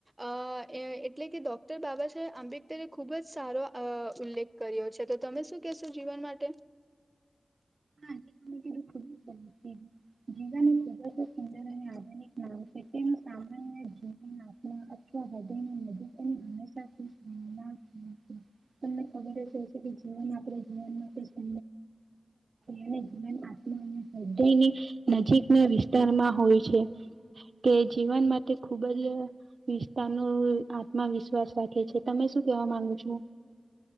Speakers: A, on the right; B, on the right.
A: અ એટલે કે ડોક્ટર બાબા સાહેબ આંબેડકરે ખુબ જ સારો અ ઉલ્લેખ કર્યો છે તો તમે શું કેશો જીવન માટે
B: <unintelligible> ખુબજ સરસ કીધું જીવન ખુબજ સુંદર અને આધુનિક નામ છે તે સામાન્ય જીવન અથવા હૃદયને નજીક અને હંમેશા ખુશ રહેલા તમને ખબર જ હોય <unintelligible> એને જીવન આત્મા હૃદયની નજીકના વિસ્તારમાં હોય છે કે જીવન માટે ખૂબ જ વિસ્તાર ન આત્મવિશ્વાસ રાખે છે તમે શું કેવા માંગુ છો